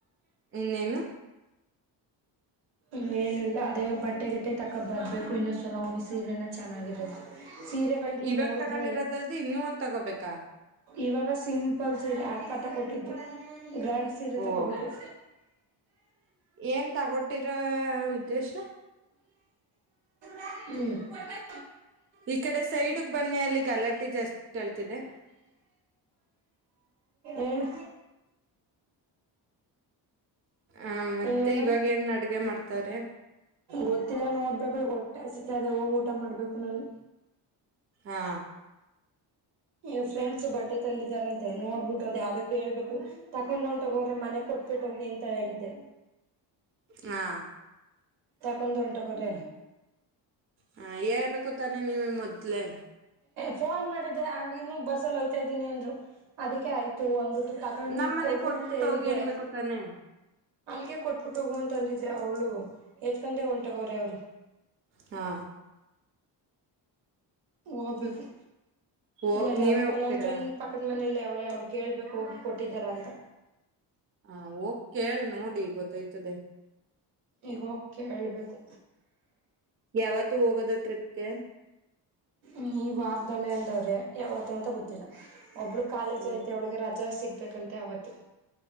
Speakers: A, on the right; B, on the right.
A: ಇನ್ನೇನು
B: ಇನ್ನೇನು ಇಲ್ಲ ಅದೇ ಬಟ್ಟೆಗಟ್ಟೆ ತಕ ಬರ್ಬೇಕು ಇನ್ನೊ್ಸಲ ಹೋಗಿ ಸೀರೆನ ಚೆನ್ನಾಗಿರದು ಸೀರೆಗಳಗಳನ್ನು
A: ಇವಾಗ
B: ನೋಡಿದ್ಮ
A: ತಗೊಂಡಿರೋದಲ್ದ ಇನ್ನೂ ಒಂದ ತಗೋಬೇಕಾ
B: ಇವಾಗ ಸಿಂಪಲ್ ಸೀರೆ ಹಕ ತಗೊಟ್ಟಿದ್ದು ಗ್ರ್ಯಾಂಡ್ ಸೀರೆ
A: ಓ
B: ತಗೋಬೇಕು
A: ಏನ್ ತಗೊಟ್ಟಿರೋ ಉದ್ದೇಶ
B: ಹ್ಮ್
A: ಈ ಕಡೆ ಸೈಡ್ಗ್ ಬನ್ನಿ ಅಲ್ಲಿ ಗಲಾಟೆ ಜಾಸ್ತಿ ಕಳ್ತಿದೆ
B: ಏನು
A: ಆ ಮತ್ತೆ
B: ಇನ್ನೇನು
A: ಇವಾಗ ಏನ್ ಅಡ್ಗೆ ಮಾಡ್ತವ್ರ
B: ಗೊತ್ತಿಲ್ಲ ನೋಡ್ಬೇಕು ಈ ಒಟ್ಟೆಸತಿ ಅದೇ ಹೋಗ್ ಊಟ ಮಾಡ್ಬೇಕು ನಾನು
A: ಹಾ
B: ಈಗ ಫ್ರೆಂಡ್ಸ್ ಬಟ್ಟೆ ತಲ್ಲ ರಂತೆ ನೋಡ್ಬಿಟ್ಟು ಅದ ಯಾವ್ದದಕ್ಕ ಕೇಳ್ಬೇಕು ತಕೊಂಡ್ ಹೊಂಟಗೋ್ರೆ ಮನೆ ಕೊಟ್ಬಿಟ್ಟು ಹೋಗಿ ಅಂತ ಹೇಳಿದ್ದೆ
A: ಹಾ
B: ತಕೊಂಡ ಒಂಟೆಗೊರೆ
A: ಹ ಹೇಳ್ಬೇಕು ತಾನೆ ನೀವ ಮೊದ್ಲೆ
B: ಫೋನ್ ಮಾಡಿದ್ದೆ ಹಂಗ ಇನ್ನುೂ ಬಸ್ಸಲ್ಲಿ ಹೋಯ್ತಾ ಇದ್ದೀನಿ ಅನ್ರು ಅದಕ್ಕೆ ಆಯ್ತು ಒಂದ್ಬಿಟ್ಟು ತಗೊಂಡ್
A: ನಮ್ ಮನೆ
B: ಕೊಡ
A: ಕೊಟ್ಬಿಟ್ಟು
B: ಅಂತ ಹೇಳಿದೆ
A: ಹೋಗಿ ಅನ್ಬೇಕು ತಾನೆ
B: ಅಲ್ಲಿಗೆ ಕೊ ಟ್ಟ ಹೋಗುವ ಅಂತ ಅಂದಿದ್ದೆ ಅವಳು ಎತ್ಕೊಂಡೆ ಉಂಟಗೋ್ರೆ ಅವರು
A: ಹಾ
B: ಹೋಗ್ಬೇಕು
A: ಓ
B: ಇಲ್ಲ
A: ನೀವೇ
B: ಯಾರಕ್ಕಲ್ಲ
A: ಹೋಗ್ತೀರಾ
B: ಅಂತನ್ ಪಕ್ಕದ ಮನೆ ಇಲ್ಲ ಅವಳೇ ಅವಳು ಕೇಳ್ಬೇಕು ಹೋಗಿ ಕೊಟ್ಟಿದ್ದಾರ ಅಂತ
A: ಹ ಹೋಗ್ ಕೇಳ್ ನೋಡಿ ಗೊತ್ತಾಯ್ತದೆ
B: ಈಗ ಕೆ ಹೇಳ್ಬೇಕು
A: ಯಾವತ್ತೂ ಹೋಗೋದು ಟ್ರಿಪ್ಗೆ
B: ಹ್ಮ್ ಈ ವಾರದದಲ್ಲಿ ಅಂದವ್ರೆ ಯಾವತ ಅಂತ ಗೊತ್ತಿಲ್ಲ ಒಬ್ಳು ಕಾಲೇಜ್
A: ಹ್ಮ
B: ಐತೆ ಅವಳಿಗೆ ರಜಾ ಸಿಗ್ಬೇಕಂತೆ ಅವತ್ತು